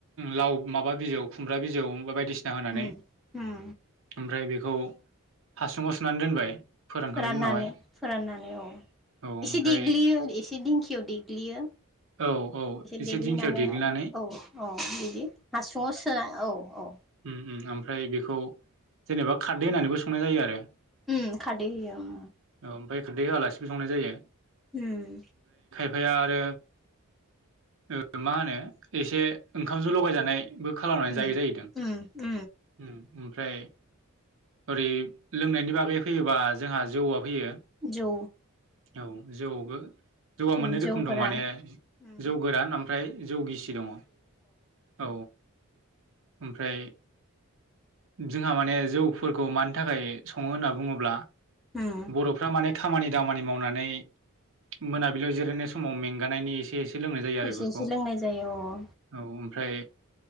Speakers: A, on the right; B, in the centre.
A: लाव माबा बिजौ खुमब्रा बिजौ बायदिसिना होनानै
B: उम उम
A: ओमफ्राय बेखौ। हासुङाव सोनानै दोनबाय। फोरानखांनायनि
B: फोराननानै
A: उनावहाय
B: फोराननानै औ।
A: औ ओमफ्राय
B: एसे देग्लियो एसे देंखियाव देग्लियो।
A: औ औ
B: एसे देग्लिनानैहाय
A: दिंखियाव देग्लिनानै
B: औ औ बिदि हासुङाव सोनाय औ औ।
A: ओम ओमफ्राय बेखौ जेनेबा खारदै होननानैबो संनाय जायो आरो।
B: ओम खारदै होयो ओम
A: औ ओमफ्राय खारदै होआलासिबो संनाय जायो।
B: ओम
A: फाया आरो ओम मा होनो एसे ओंखामजों लगायजानाय बो खालायनानै
B: उम
A: जायो जायैदों
B: उम उम
A: उम। ओमफ्राय ओरै लोंनायनि बागै फैयोबा जोंहा जौआ होयो
B: जौ
A: औ जौबो जौवा
B: उम
A: मोननै
B: जौ
A: रोखोम
B: गोरान
A: दं माने
B: उम
A: जौ गोरान ओमफ्राय जौ गिसि दङ औ। ओमफ्राय जोंहा माने जौफोरखौ मानि थाखाय सङो होनना बुङोब्ला?
B: उम
A: बर'फ्रा माने खामानि दा मानि मावनानै मोनाबिलियाव जिरायनाय समाव मेंगानायनि एसे एसे एसे लोंनाय जायो आरो
B: एसे
A: बेफोरखौ
B: एसे लोंनाय जायो अ
A: औ ओमफ्राय